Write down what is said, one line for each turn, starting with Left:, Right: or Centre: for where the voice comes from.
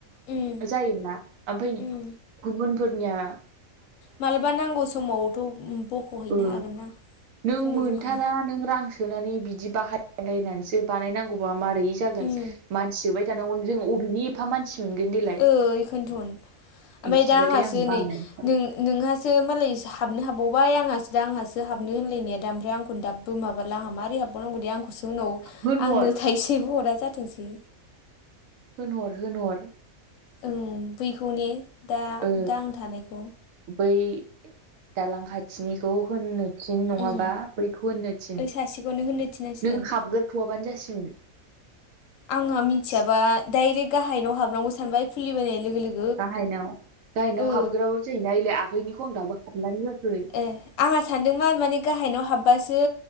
Left: उम
Right: जायोना ओमफाय
Left: उम
Right: गुबुन फोरनिया
Left: मालाबा नांगौ समावथ' उम बख'हैनो
Right: ओ
Left: हागोन ना
Right: नों
Left: खुनुरुखुम
Right: मोनथारा नों रां सोनानै बिदि बाहायलायनानैसो बानायनांगौबा मारै जागोन
Left: उम
Right: मानसि सोबाय थानांगौ जों अबेनि एफा मानसि मोनगोन देलाय
Left: ओ इखोनथन ओमफाय
Right: बिदिबाथाय
Left: दा आंहासो
Right: आं
Left: नै
Right: बानो ओंखारो
Left: नों नोंहासो मालायस हाबनो हाबावबाय आंहासो दा आंहासो हाबनो होनलायनाया दा ओमफ्राय आंखौनो दाब बो माबाला आंहा माबोरै हाबबावनांगौ दे आंखौसो उनाव
Right: होनहर
Left: आंनो थाइसेबो हरा जाथोंसै।
Right: होनहर होनहर
Left: ओं बैखौने दा
Right: ओ
Left: दा आं थानायखौ
Right: बै दालां खाथिनिखौ होननो थिन नङाबा
Left: उम
Right: बैखौ होननो थिन
Left: ओइ सासेखौनो होननो थिनांसिगोन
Right: नों हाबगोर थआबानो जासैमोन।
Left: आंहा मिथियाबा डाइरेक्ट गाहायनाव हाबनांगौ सानबाय खुलिबोनाय लोगो लोगो।
Right: गाहायनाव गाहायनाव
Left: ओ
Right: हाबगोराबाबो जायोना एैलाय आगैनिखौ आं दाबो खालामनानै होयाखै।
Left: ए आंहा सानदों मा माने गाहायनाव हाबबासो